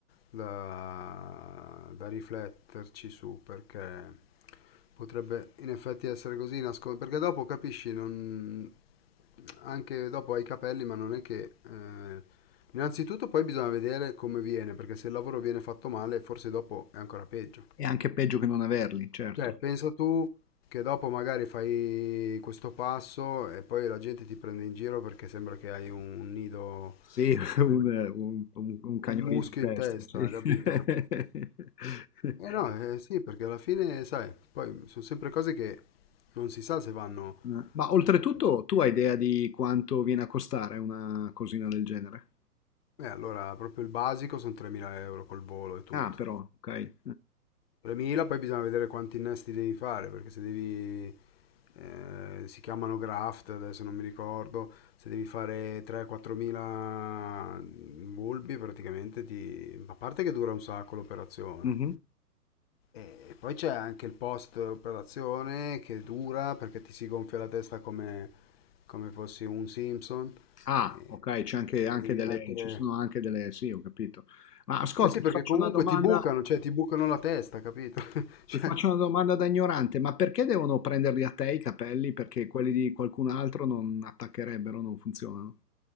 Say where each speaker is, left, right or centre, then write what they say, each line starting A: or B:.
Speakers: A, on the left; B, on the left.
A: da, da rifletterci su, perché potrebbe in effetti essere così, nascon- perché dopo capisci, non- anche dopo hai i capelli, ma non è che... eh, innanzitutto poi bisogna vedere come viene, perché se il lavoro viene fatto male, forse dopo è ancora peggio.
B: È anche peggio che non averli, certo.
A: Certo. Pensa tu che dopo magari fai questo passo e poi la gente ti prende in giro perché sembra che hai un nido,
B: Sì, <laughs>
A: o
B: un,
A: il-
B: eh, un- un- un cagnolino
A: un muschio
B: in testa,
A: in testa,
B: sì.
A: capito?
B: <laughs>
A: Eh no, eh sì, perché alla fine, sai, poi sono sempre cose che non si sa se vanno...
B: Eh, Ma oltretutto
A: Eh,
B: tu hai idea di quanto viene a costare una cosina del genere?
A: eh, allora, proprio il basico sono 3.000 euro col volo e tutto.
B: Ah, però, ok. eh.
A: 3000, poi bisogna vedere quanti innesti devi fare, perché se devi, eh, si chiamano graft, adesso non mi ricordo, se devi fare 3-4000 bulbi praticamente ti... A parte che dura un sacco l'operazione.
B: Mhm.
A: E poi c'è anche il post operazione che dura perché ti si gonfia la testa come, come fossi un Simpson.
B: Ah,
A: E
B: ok, c'è anche, anche
A: devi
B: delle,
A: mettere...
B: ci sono anche delle, sì, ho capito. Ma ascolta,
A: Eh sì,
B: ti
A: perché
B: faccio
A: comunque
B: una domanda,
A: ti bucano, cioè ti bucano la testa, capito? <laughs> Cioè,
B: ti faccio una domanda da ignorante, ma perché devono prenderli a te i capelli? Perché quelli di qualcun altro non attaccherebbero, non funzionano?